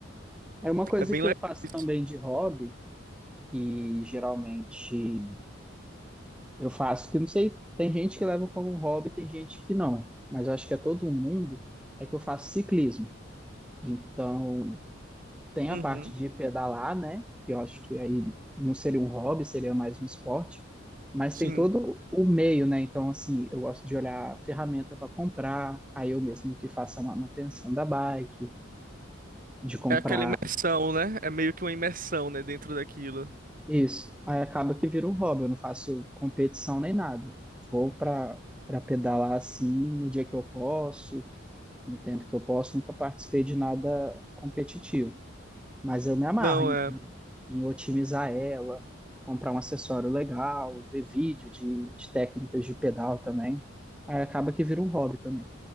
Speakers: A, in the centre; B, on the right.
A: É uma coisa
B: É bem
A: que
B: legal
A: eu faço
B: isso.
A: também de hobby, que geralmente eu faço, que eu não sei, tem gente que leva como hobby, tem gente que não. Mas eu acho que é todo mundo, é que eu faço ciclismo. Então, Tem
B: Uhum,
A: a parte de pedalar, né? Que eu acho que aí não seria um hobby, seria mais um esporte. Mas
B: sim.
A: tem todo o meio, né? Então, assim, eu gosto de olhar a ferramenta para comprar, aí eu mesmo que faço a manutenção da bike, de comprar
B: É aquela imersão, né? É meio que uma imersão, né, dentro daquilo.
A: isso. Aí acaba que vira um hobby, eu não faço competição nem nada. Vou para para pedalar assim no dia que eu posso, no tempo que eu posso, nunca participei de nada competitivo. Mas eu me amarro
B: Não,
A: em,
B: é.
A: em- em otimizar ela, comprar um acessório legal, ver vídeo de, de técnicas de pedal também. Aí acaba que vira um hobby também.